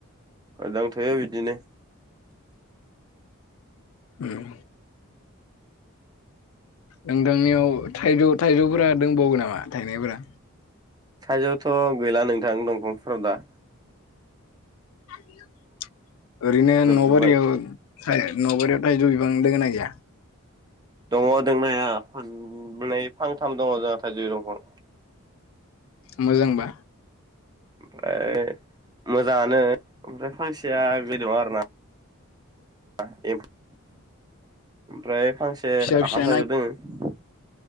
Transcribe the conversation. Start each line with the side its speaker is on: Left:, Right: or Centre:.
Right: मोजां थयो बिदिनो।
Left: उम। नोंथांनियाव थाइजौ-थाइजौफोरा दोंबावो नामा थाइनायफोरा?
Right: थाइजौथ' गैला नोंथां दंफांफोराव दा।
Left: <inaudible> ओरैनो
Right: जोबजोब्बाय
Left: नबारियाव थाइ नबारियाव थाइजौ बिफां दङो ना गैया?
Right: दङ दोंनाया फांनै फांथाम दङ जोंहा थाइजौ दंफां।
Left: मोजांबा?
Right: ओमफ्राय मोजाङानो ओमफ्राय फांसेया बे दङा आरोना। ओमफ्राय फांसे
Left: फिसा फिसा
Right: आखाम थाइजौ दोङो।